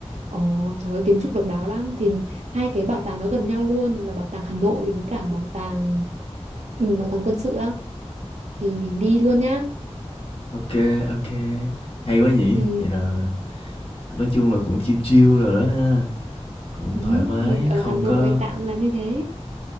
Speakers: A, on the right; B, on the left.
A: ồ trời ơi kiến trúc độc đáo lắm thì hai cái bảo tàng đó gần nhau luôn là bảo tàng Hà Nội với cả bảo tàng ừ, bảo tàng quân sự đó thì mình đi luôn nhá
B: OK OK. hay quá nhỉ?
A: ừ,
B: Vậy là Nói chung là cũng chill chill rồi đó ha, cũng
A: ừ
B: thoải mái,
A: thì ở
B: không
A: Hà Nội
B: có
A: tạm là như thế